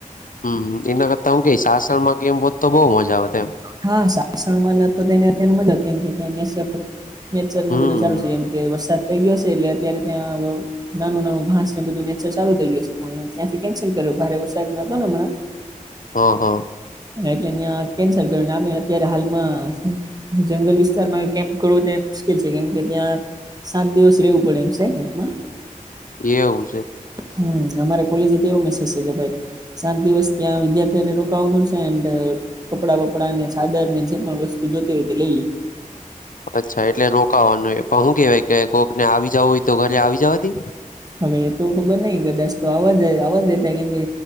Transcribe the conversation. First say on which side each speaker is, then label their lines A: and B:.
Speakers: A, on the left; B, on the right.
A: હમ એના કરતા હું ક સાસણમાં કે એમ બત તો બઉુ મજા આવે એમ.
B: હા. સા વાસણમાં ન તો તેને અત્યારે મજા કેમ કે્યાં નેચરને
A: હમ
B: બધું સારું છે. એમ કે વરસાદ થઈ ગયોશે એટલે અત્યારે ત્યાં નાનું નાનું ઘાસને બધું નેચર ચાલુ થઈ ગયશે હશે. પણ ત્યાંથી કેન્સલ કર્યો ભારે વરસાદના પણ અમણા
A: હ, હ.
B: એટલે અંયા કેન્સલ કર્યું. અત્યારે હાલમાં જંગલ વિસ્તારમાં કેમ્પ કરવું તે મુશ્કેલ છે. કેમ કે ત્યાં સાત દિવસ રહેવું પડે એમ સે કેમ્પમાં.
A: એવું છે.
B: હમ, અમારે કોલેજથી એવો મેસેજ છે, કે ભાઈ સાત દિવસ ત્યાં વિદ્યાર્થીઓને રોકાવાનું છે. એન્ડ કપડાં વપડા અને ચાદર ને જે પણ વસ્તુ જોતી હોય તે લઈએ.
A: અચ્છા, એટલે રોકાવાનું એ પણ શું કેવાય કે કોઈકને આવી જવું હોય તો ઘરે આવી જવાથી.
B: હવે એ તો ખબર નહિ ગદાચ તો, અવાજ આવવા દેતા કેમ કે